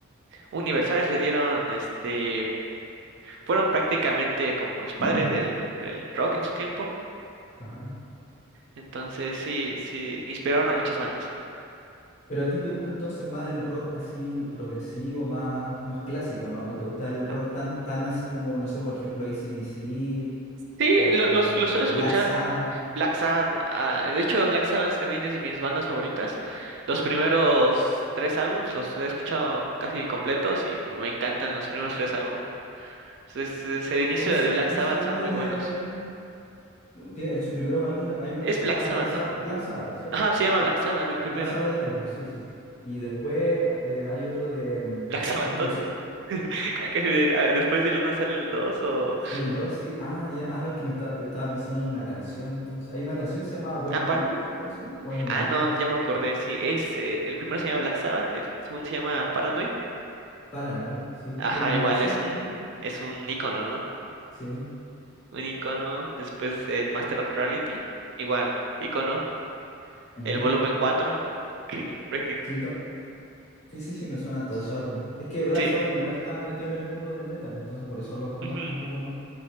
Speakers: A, on the right; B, on the left.
A: un nivel, ¿sabes? Les dieron, este, fueron prácticamente como los padres
B: <clears throat>
A: del, del rock en su tiempo.
B: ajá.
A: Entonces, sí, sí, inspiraron a muchas bandas.
B: Pero a ti te gusta entonces más el rock así progresivo, más, más clásico, ¿no? ¿No te gusta el rock
A: Ah,
B: tan, tan así como, no sé, por ejemplo, AC/DC
A: Sí,
B: o,
A: lo- los, los suelo
B: o
A: escuchar.
B: Black Sabbath?
A: Black Sabbath, ah, de hecho, Black Sabbath también es de mis bandas favoritas. Los primeros tres álbumes los he escuchado casi completos y me encantan los primeros tres álbumes. Entonces, desde el inicio
B: ¿Cómo se,
A: de Black
B: cómo
A: Sabbath
B: se llama
A: son
B: el
A: muy
B: de...
A: buenos.
B: tiene- el, su primeros álbum, hay uno
A: Es
B: que se
A: Black
B: llama
A: Sabbath,
B: Black Sabbath,
A: ¿no?
B: Black Sabbath, ¿cierto?
A: Ajá, se llama Black Sabbath, el
B: Black
A: primero.
B: Sabbath del álbum, sí, sí. Y después eh, hay otro de... mm,
A: <laughs> Black Sabbath
B: Bueno,
A: 2.
B: no sé.
A: <laughs> Creo que del- ah, después del uno sale el 2 o...
B: Sale el 2 sí. Ah, ya. Ah, no, es que me, está- me estaba pensando en una canción entonces. Hay una canción que se llama War
A: Ah, par-
B: Pigs o algo así, o es un
A: ah,
B: álbum
A: no,
B: ese.
A: ya me acordé. Sí, es, eh, el primero se llama Black Sabbath, el segundo se llama Paranoid.
B: Paranoid, sí,
A: Ajá,
B: que es una
A: igual
B: canción
A: es
B: también.
A: un, es un icono, ¿no?
B: Sí.
A: Un icono. Después el Master of Reality. Igual, icono.
B: Ujú.
A: El volumen 4 <laughs> Práctic-
B: Sí, to- sí, sí, sí, me suenan todos esos álbumes. Es que Black
A: Sí.
B: Sabbath igual está metido en el mundo del metal, entonces por eso los conozco
A: ujú.
B: un poco más.